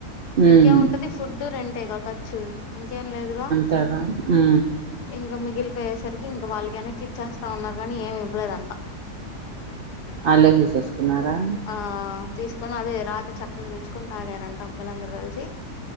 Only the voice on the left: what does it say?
ఇంకేము ఉంటది ఫుడ్ రెంటేగా ఖర్చు ఇంకేం లేదుగా
ఇంకా మిగిలిపోయేసరికి ఇంకావాళ్లకి వెన్నక్కిచ్చేస్తాం అన్నారు కాని ఏమి ఇవ్వలేదంట
ఆ తీసుకొని అదే రాత్రి చక్కగా తెచ్చుకుని తాగారంటడి అబ్బయిలందరూ కలిసి